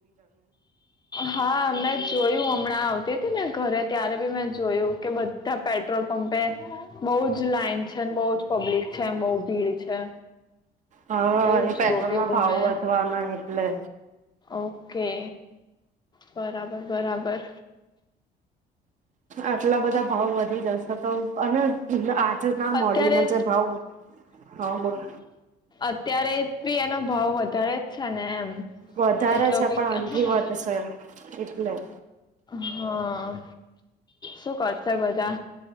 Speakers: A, on the left; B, on the right.
A: હા મેં જોયું હમણાં આવતી હતી મેને ઘરે ત્યારે બી મેં જોયું કે બધ ધા પેટ્રોલ પંપે બહુ જ લાઈન છેને બહુજ પબ્લિક છેમ બહુ ભીડ છે.
B: હા
A: એવું
B: એ
A: જોયું
B: પેટ્રોલ ના ભાવ
A: મેં
B: વધવાના એટલે.
A: ઓકે. પ રાબર બરાબર.
B: આટલા બધા ભાઉ વધી જશે તો અને <unintelligible> હજુ ના
A: અત્યારે
B: મળ્યું ને જે ભાવ. હા બોલ.
A: અત્યારે બી એનો ભાવ વધારે જ છે ને એમ.
B: વધારે
A: એટલો
B: છે
A: બી
B: પણ અંધી
A: હા
B: વધશે. એટલે.
A: હા, શું કરશે બધા?